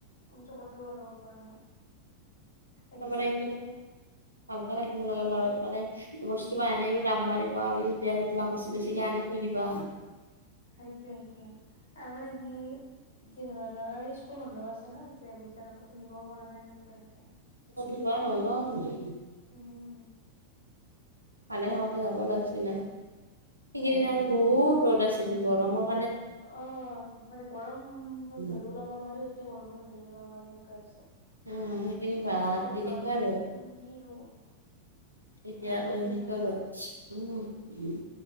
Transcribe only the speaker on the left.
মই যে কতো ওলাব পৰা নাই। এতিয়া
মানে
উম,
উম,
বাৰু
সেইটোৱে, সেইটোৱে আৰু মানে সি এ ধৰা ল'ৰা। স্কুল বন্ধ আছে ন? এতিয়া বিদ্যালয়টো নিবও পৰা নাই। সেনেকুৱাই আছে।
উম,
তাকেইতো।
অঁ, মানে গৰমত
ধৰি ওলাব নোৱাৰি। এতিয়া বৰষুণত ধৰি ওলাব নোৱাৰি। এনেকুৱা হৈছে।
সেই
কেইদিন বহুত
গৰম দিলে।
উম, কি ৰ'দ!
আমতিৰ
পিছৰ পৰা